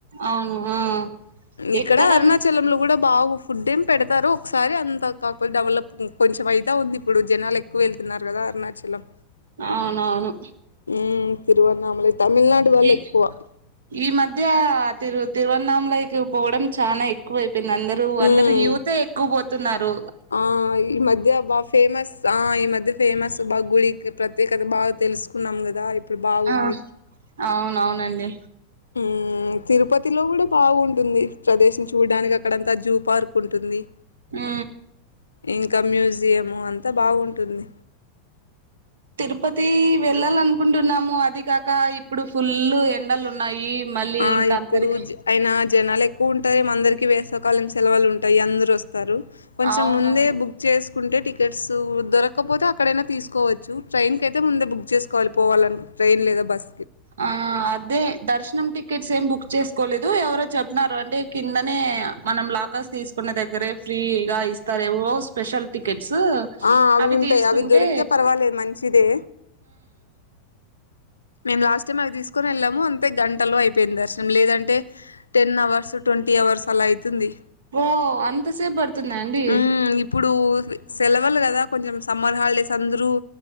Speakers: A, on the right (about 60°); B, on the left (about 75°).
A: అవును ఆ
B: ఇక్కడ
A: ఎక్కడ
B: అరుణాచలంలో కూడా బాగు ఫుడ్ ఏమి పెడతారు ఒకసారి అంతా కాకపోతే డెవలప్ కొంచెం అయిత ఉంది ఇప్పుడు జనాలు ఎక్కువ వెళ్తున్నారు కదా అరుణాచలం
A: అవునవును
B: హు తిరువణమల మీలాంటి వాళ్ళు
A: ఈ
B: ఎక్కువ
A: ఈ మధ్య తిరు తిరువన్నామల కి పోవడం చాలా ఎక్కువ అయిపోయింది అందరరు అందరు
B: ఉమ్
A: యుూతే ఎక్కువ పో తున్నారు
B: ఆ ఈ మధ్య బా ఫేమస్ ఆ ఈ మధ్య ఫేమస్ బా గుళ ప్రత్యేకత బాగా తెలుసుకున్నాం కదా ఇప్పుడు బాగుంది
A: ఆ అవునవునండి
B: ఉహు హు తిరుపతిలో కూడా బాగుంటుంది ప్రదేశం చూడడానికి అక్కడంతా జూ పార్క్ ఉంటుంది
A: హు
B: ఇంకా మ్యూజియంము అంతా బాగుంటుంది
A: తిరుపతి వెళ్ళాలనుకుంటున్నాము అది కాక ఇప్పుడు ఫుల్ ఎండలు ఉన్నాయి మళ్ళీ
B: ఆ
A: ఇంకా
B: ఇప్పుడు
A: అందరికి
B: జ అయినా జనాలు ఎక్కువ ఉంటాయి అందరికి వేసవకాలం సెలవులు ఉంటాయి అందరు వస్తారు కొంచెం
A: అవునవును
B: ముందే బుక్ చేసుకుంటే టి టికెట్స్ దొరకపోతే అక్కడైనా తీసుకోవచ్చు ట్రైన్ కి అయితే ముందే బుక్ చేసుకోవాలి పోవాలను ట్రైన్ లేదా బస్సు
A: ఆ అదే దర్శనం టి టికెట్స్ ఏం బుక్ చేసుకోలేదు ఎవరో చేపినారు అంటే కిందనే మనం లాకర్స్ తీసుకునే దగ్గరే ఫ్రీగా ఇస్తారే ఓ స్పెషల్ టికెట్స్
B: ఆ
A: అవి
B: ఉంటాయి
A: తీసుకుంటే
B: దొరికితే పర్వాలేదు మంచిదే నేను లాస్ట్ టైం అవి తీసుకు తీసుకొని వెళ్ళాము అంతే గంటలో అయిపోయింది దర్శనం లేదంటే టెన్ అవర్స్ ట్వంటీ అవర్స్ అలా అవుతుంది
A: ఓ అంతసేపు పడుతుంద అండి
B: ఉమ్ ఇప్పుడు సెలవలు కదా కొంచెం సమ్మర్ హాలిడేస్ అందరుూ